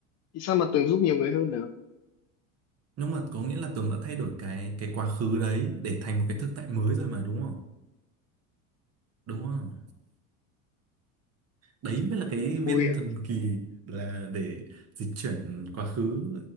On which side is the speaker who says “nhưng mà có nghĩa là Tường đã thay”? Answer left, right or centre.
Right